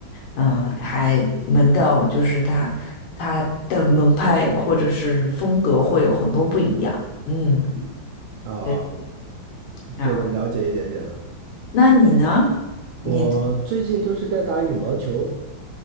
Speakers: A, on the left; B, on the right.
A: 嗯，还门道就是它它的门派或者是风格会有很多不一样。嗯，
B: 嗯，啊，
A: 对。然后，
B: 这个了解一点点了。
A: 那你呢？
B: 我最近都是在打羽毛球
A: 你？